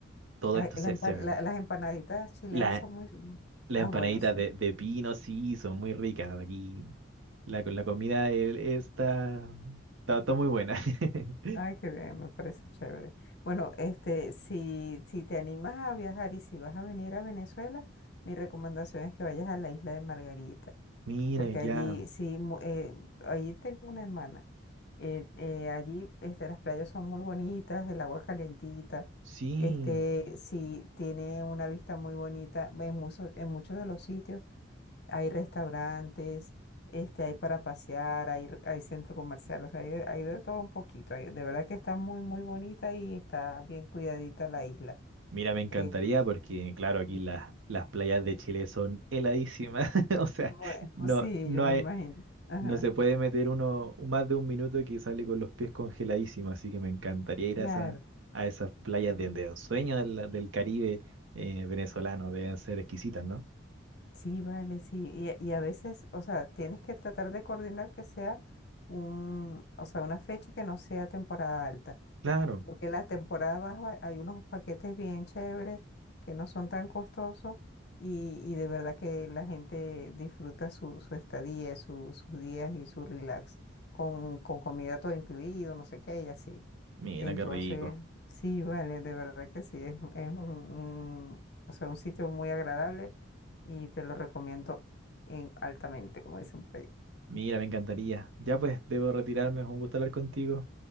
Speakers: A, on the right (about 75°); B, on the left (about 55°).
A: Todo
B: Ah,
A: esto
B: la
A: se,
B: empa-
A: se
B: la-
A: vende.
B: las empanaditas chilenas
A: La,
B: son muy...
A: las
B: Ah,
A: empanaditas
B: bueno, sí.
A: de, de pino, sí, son muy ricas aquí. La, la comida el- está, está, está muy buena. <laughs>
B: Ay, qué bien, me parece chévere. Bueno, este, si, si te animas a viajar y si vas a venir a Venezuela, mi recomendación es que vayas a la isla de Margarita,
A: Mira,
B: porque
A: ya,
B: allí sí, mu- eh, allí tengo una hermana. Eh, eh, allí, este, las playas son muy bonitas, el agua calentita,
A: sí.
B: este, sí tiene una vista muy bonita en muchos, en muchos de los sitios hay restaurantes, este, hay para pasear, hay, r- hay centro comercial, o sea, hay, de hay de todo un poquito. hay- de verdad que está muy, muy bonita y está bien cuidadita la isla.
A: Mira, me encantaría
B: Entonces,
A: porque, claro, aquí
B: sí,
A: las, las playas de Chile son heladísimas. <laughs> O sea,
B: bueno,
A: no,
B: sí,
A: no
B: yo me
A: hay,
B: imagino. Ajá,
A: no se puede meter uno más de un minuto que sale con los pies congeladísimos. Así que me encantaría ir
B: claro.
A: a, esa- a esas playas de, de ensueño del, del Caribe eh, venezolano. Deben ser exquisitas, ¿no?
B: Sí, vale, sí. Y, a- y a veces, o sea, tienes que tratar de coordinar que sea un, o sea, una fecha que no sea temporada alta
A: Claro.
B: porque las temporadas bajas hay unos paquetes bien chéveres que no son tan costosos y, y de verdad que la gente disfruta su, su estadía, su- sus días y su relax con, con comida todo incluido, no sé qué y así.
A: Mira,
B: Entonces,
A: qué rico.
B: sí, vale, de verdad que sí, es, es un, un- o sea, un sitio muy agradable y te lo recomiendo en, altamente, como dicen por ahí.
A: Mira, me encantaría. Ya pues, debo retirarme. Es un gusto hablar contigo.